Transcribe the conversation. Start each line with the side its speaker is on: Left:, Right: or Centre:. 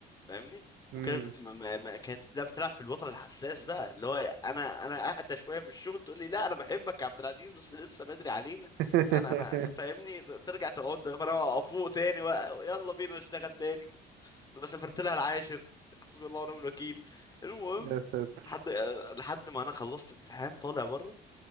Left: فاهمني وكانت
Right: امم
Left: بت... ما... ما... كانت لا بتلعب في الوتر الحساس بقى اللي هو انا انا اهدى شويه في الشغل تقول لي لا انا بحبك يا عبد العزيز بس لسه بدري علينا
Right: <laughs>
Left: انا انا فاهمني ترجع تقعد انا فوق تاني و... يلا بينا نشتغل تاني انا سافرت لها العاشر حسبي الله ونعم الوكيل المهم
Right: يا ساتر
Left: لحد لحد ما انا خلصت امتحان طالع بره